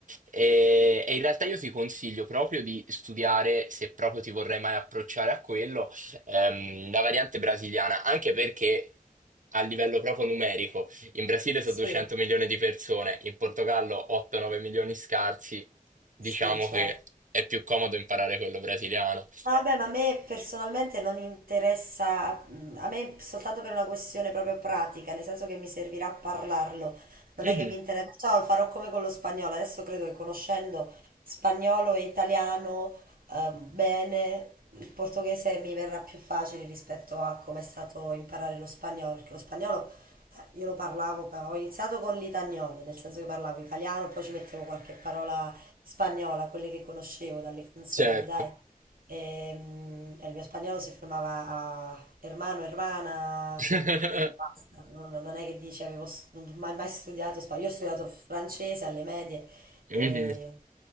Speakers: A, on the right (about 60°); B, on the right (about 80°).
A: e, e in realtà io ti consiglio proprio di studiare, se proprio ti vorrai mai approcciare a quello, ehm, la variante brasiliana, anche perché a livello proprio numerico in Brasile sono
B: Sì,
A: 200 milioni di persone, in Portogallo 8-9 milioni scarsi. Diciamo
B: sì, certo.
A: che è più comodo imparare quello brasiliano.
B: Ah, Vabbè, ma a me personalmente non interessa, mm, a me soltanto per una questione proprio pratica, nel senso che mi servirà a parlarlo, non
A: Mhm.
B: è che vi interessa, perciò lo farò come con lo spagnolo, adesso credo che conoscendo spagnolo e italiano eh, bene, il portoghese mi verrà più facile rispetto a come è stato imparare lo spagnolo, perché lo spagnolo io lo parlavo, ma ho iniziato con l'itagnolo, nel senso che parlavo italiano, poi ci mettevo qualche parola spagnola, quelle che conoscevo dalle canzoni,
A: Certo.
B: dai. Ehm, E, il mio spagnolo si fermava a hermano, hermana,
A: <laughs>
B: e basta. Non, non è che dici avevo s- non ho mai, mai studiato spagnolo. Io ho studiato francese alle medie,
A: Mhm.
B: e